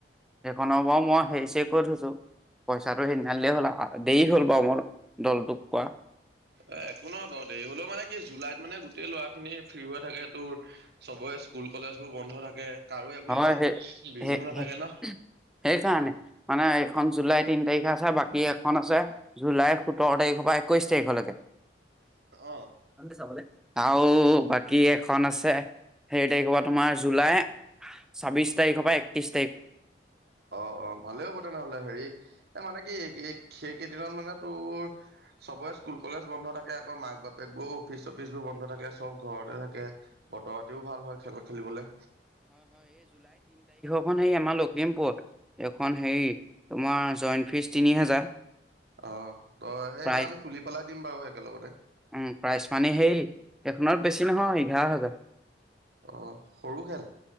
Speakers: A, in the centre; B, on the right.
A: সেইখনৰ বাৰু মই হেৰিছে কৈ থৈছো পইচাটো সেইনািলেই হ'ল দেৰি হ'ল বাৰু মোৰ দলটোক কোৱা
B: অ একো নহয় বাৰু দেৰি হলেও মানে কি জুলাইত মানে গোটেই লৰা খিনি ফ্ৰী হৈ থাকে তোৰ চবেই স্কুল কলেজ বোৰ বন্ধ থাকে কাৰো একো
A: হয়
B: ইমান
A: সেই
B: বিজিও নাথাকে
A: সেই
B: ন
A: সেইকাৰণে মানে এইখন জুলাই তিনি তাৰিখে আছে বাকী এখন আছে জুলাই সোতৰ তাৰিখৰ পৰা একৈশ তাৰিখলৈকে
B: অ
A: চাব আৰু বাকী এখন আছে সেই তাৰিখৰ পৰা, তোমাৰ জুলাই ছাব্বিছ তাৰিখৰ পৰা একত্ৰিছ
B: অ', অ', ভালেই হ'ব তেনেহ'লে। হেৰি, এ', মানে কি, কি সেই কেইদিনত মানে তোৰ, চবৰে স্কুল কলেজ বন্ধ থাকে। আকৌ মাক বাপেক বোৰ অফিচ চফিচ বোৰ বন বন্ধ থাকে চব ঘৰতে থাকে বতৰতিও ভাল হয় খেল খেলিবলৈ
A: এখন হেৰি আমাৰ লখিমপুৰত। এখন হেৰি, তোমাৰ জইণ্ট ফিজ তিনি হাজাৰ।
B: অ', তই সেই
A: প্ৰাইজ
B: তই আমি তুলি পেলাই দিম বাৰু একেলগতে।
A: উম, প্ৰাইচ মানে সেই, এখনত বেছি নহয় এঘাৰ হাজাৰ।
B: অ', সৰু খেল।